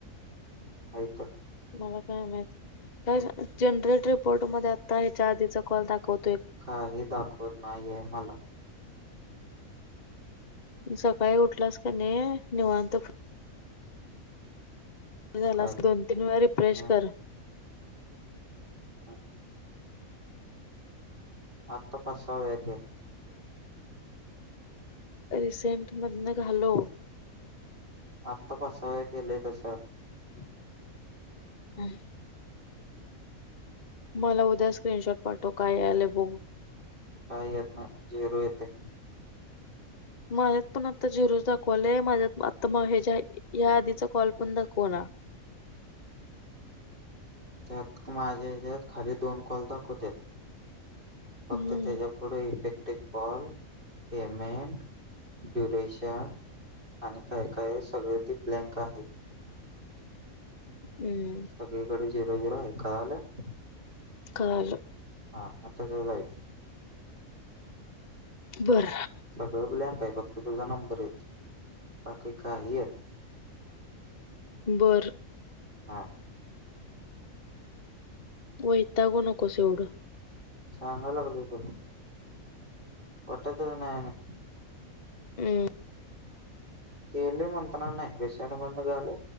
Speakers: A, on the right; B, on the left.
A: ऐक
B: मला काय माहित काय जनरेट रिपोर्ट मध्ये आता ह्याच्या आधीचा कॉल दाखवतो.
A: काही दाखवत नाहीये मला.
B: सकाळी उठलास कने निवांत बघ हे झालास
A: काय
B: की दोन तीन वेळा रिफ्रेश
A: हम्म
B: कर.
A: हा आत्ता पाच सहा वेळा केेल.
B: रिसेंट मधन घालव.
A: आत्ता पाच-सहा वेळा केलंय तसं
B: <inaudible> मला उद्या स्क्रीनशॉट पाठव काय आलं बघू
A: काही येत नाही झेरू येतय.
B: माझ्यात पण आता झिरोज दाखवालाय माझ्यात आता मग ह्या ज्या या आधीचा कॉल पण दाखव ना.
A: त्यात माझ्या हेच्यांत खाली दोन कॉल दाखवत्यात. फक्त
B: हम्म
A: त्याच्या पुढे इफेक्ट ते कॉल, पेमेंट, डुरेशन आणि काय काय सगळ ते ब्लँक आहे.
B: हम्म
A: सगळीकडे <unintelligible>
B: काल
A: हा आकाकड जायचं.
B: बर
A: सगळ ब्लॅक आहे फक्त तुझा नंबर येतोय बाकी काही येत नाही.
B: बर
A: हा.
B: वयतागू नकोस एवढं.
A: सांगाय लागलोय काय. उठतच नाही आणि
B: हम्म
A: केलोय म्हणताना नाही रिसेंट बंद झालय